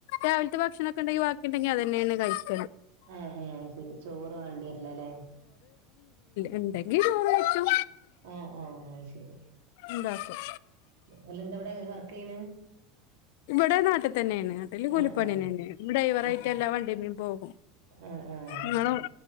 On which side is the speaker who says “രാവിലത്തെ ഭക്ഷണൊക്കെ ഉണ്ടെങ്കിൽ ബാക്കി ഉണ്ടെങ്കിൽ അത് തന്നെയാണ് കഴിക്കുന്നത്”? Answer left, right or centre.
Left